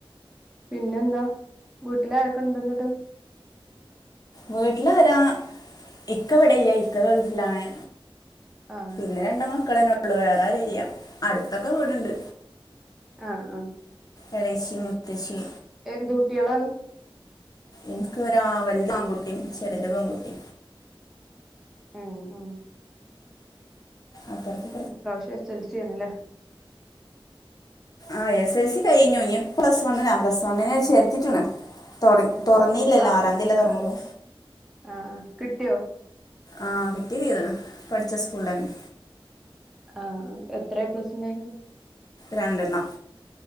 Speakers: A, in the centre; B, on the left.
A: പിന്നെന്താ വീട്ടിലാരൊക്കെ ഇണ്ടെന്നിട്ട്?
B: വീട്ടിലാര ഇക്കവിടല്ല. ഇക്ക ഗൾഫിലാണ്.
A: ആഹ്
B: പിന്നെ രണ്ടു മക്കളെന്നെ ഉള്ളു വേറാരും ഇല്ലാ. അടുത്തൊക്കെ വീടുണ്ട്.
A: ആഹ് ആഹ്
B: എടശ്ശി മൂത്തശ്ശി
A: എന്തൂട്ടിളാണ്?
B: എനക്ക് ഒരാ വലുതാൺകുട്ടിയും ചെറുത് പെൺകുട്ടി.
A: ഉം ഉം
B: അപ്പറത്തിപ്പ
A: ഇപ്രാവശ്യം എസൽസിയാണല്ലേ?
B: ആ എസ് എൽ സി കഴിഞ്ഞു ഇനി പ്ലസ് വണ്ണിനാ പ്ലസ് വണ്ണിനെ ചേർത്തിട്ട്ണ് തൊടങ്ങി. തുറന്നീയില്ലോ
A: ആ
B: ആറാന്ത്യല്ലേ
A: പ്ലസ് വൺ
B: തുറങ്ങളൂ.
A: ആ കിട്ടിയോ?
B: ആഹ കിട്ടിചെയ്തിനു പഠിച്ച സ്കൂളിലന്നെ.
A: ആ എത്രയ പ്ലസ് ഉണ്ടായിന്?
B: രണ്ടെണ്ണം